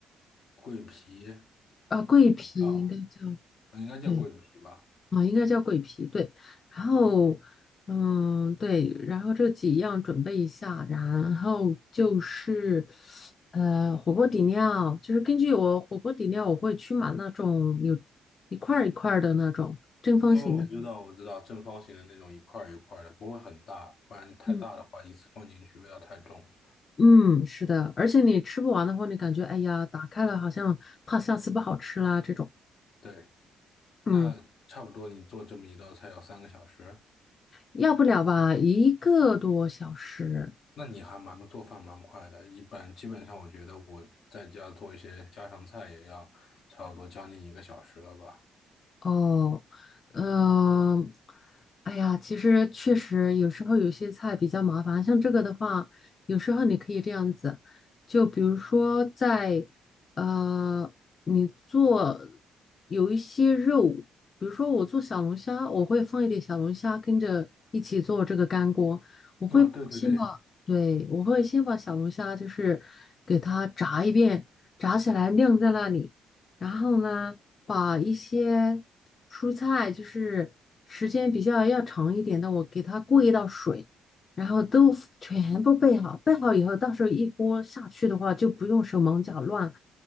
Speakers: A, on the left (about 60°); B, on the left (about 40°).
A: 桂皮
B: 呃，桂皮应该叫，
A: 啊，应该叫桂皮吧？
B: 对，啊，应该叫鬼皮，对。然后，嗯，对，然后这几样准备一下，然后就是，呃，火锅底料，就是根据我火锅底料，我会去买那种有一块儿一块儿的那种正方形的。
A: 哦，我知道，我知道，正方形的那种一块儿一块儿的，不会很大，不然太大的话，
B: 嗯
A: 一次放进去味道太重了
B: 嗯，是的，而且你吃不完的话，你感觉哎呀，打开了好像怕下次不好吃啦这种。
A: 对，
B: 嗯，
A: 那差不多你做这么一道菜要三个小时，
B: 要不了吧，一个多小时。
A: 那你还蛮做饭蛮快的。一般基本上，我觉得我在家做一些家常菜也要差不多将近一个小时了吧。
B: 哦，嗯、哎呀，其实确实有时候有些菜比较麻烦，像这个的话，有时候你可以这样子，就比如说在呃，你做有一些肉，比如说我做小龙虾，我会放一点小龙虾跟着一起做这个干锅，我会先把，
A: 啊、对对对，
B: 对，我会先把小龙虾就是给它炸一遍，炸起来晾在那里。然后呢，把一些蔬菜，就是时间比较要长一点的，我给它过一道水，然后都 f- 全部备好。备好以后，到时候一锅下去的话，就不用手忙脚乱。